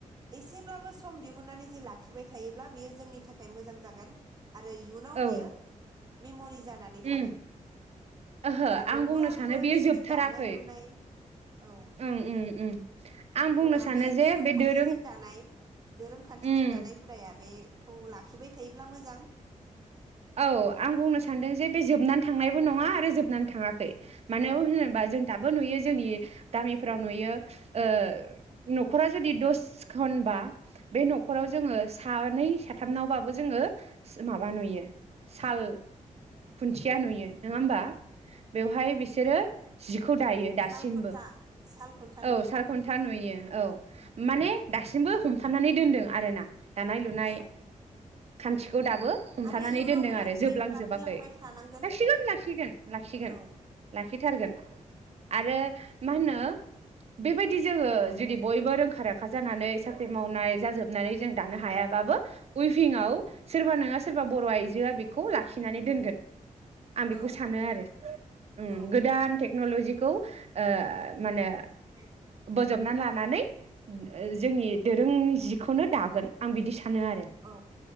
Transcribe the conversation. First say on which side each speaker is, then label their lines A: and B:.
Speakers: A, on the right; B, on the right.
A: एसेब्लाबो सम दिहुननानै जे लाखिबाय थायोब्ला बेयो जोंनि थाखाय मोजां जागोन। आरो इयुनाव
B: औ
A: बियो मेम'रि जानानै थागोन
B: उम ओहो
A: आरो नोंबो
B: आं बुंनो
A: आंबो
B: सानो बेयो
A: जे
B: जोबथाराखै
A: बे दानाय लुनाय औ
B: उम उम उम। आं बुंनो
A: नङा
B: सानो
A: बे
B: जे
A: दोरोंखान्थिजों
B: बे दोरों
A: दानाय दोरोंखान्थिजों
B: उम
A: दानाय हुदाया बे खौ लाखिबाय थायोब्ला मोजां।
B: औ आं बुंनो सानदों जे बे जोबनानै थांनायबो नङा आरो जोबनानै थाङाखै। मानो
A: औ
B: होनोबा जों दा बो नुयो जोंनि गामिफोराव नुयो ओ न'खरा जुदि दस खनबा बे न'खराव जोङो सानै साथामनावबाबो जोङो माबा नुयो साल खुन्थिया नुयो नङा होमबा बेवहाय बिसोरो जि खौ दायो दासिमबो।
A: साल खुन्था साल खुन्था
B: औ
A: नुयो
B: सारखुन्था नुयो। औ माने दासिमबो हमथानानै दोनदों आरो ना। दानाय लुनाय
A: औ
B: खान्थि खौ दाबो हमथानानै
A: आरो इयुनावबो
B: दोनदों
A: लाखिबाय
B: आरो जोबलांजोबाखै
A: लाखिलांबाय थानांगोन
B: लाखिगोन लाखिगोन लाखिगोन
A: औ
B: लाखि थारगोन आरो मा होनो बेबायदि जोङो जुदि बयबो रोंखा राखा जानानै साख्रि मावनाय जाजोबनानै जों दानो हायाबाबो उइभिंआव सोरबा नोङा सोरबा बर' आइजोआ बेखौ लाखिनानै दोनगोन। आं
A: औ
B: बेखौ सानो आरो उम
A: औ
B: गोदान टेक्न'लजि। खौ ओ मानो
A: <unintelligible>
B: फोजबनानै लानानै जोंनि दोरोंनि जिखौनो दागोन आं बिदि सानो। सानो आरो
A: औ